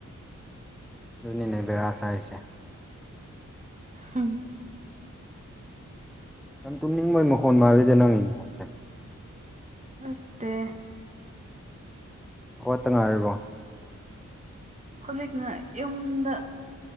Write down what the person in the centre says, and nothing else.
ꯑꯗꯨꯅꯤꯅꯦ ꯕꯦꯔꯥꯛ ꯍꯥꯏꯁꯦ
ꯌꯥꯝ ꯇꯨꯝꯅꯤꯡꯕꯒꯤ ꯃꯈꯣꯟ ꯃꯥꯜꯂꯤꯗ ꯅꯪꯒꯤ ꯃꯈꯣꯟꯜꯁꯦ
ꯍꯠꯇ ꯉꯥꯏꯔꯕꯣ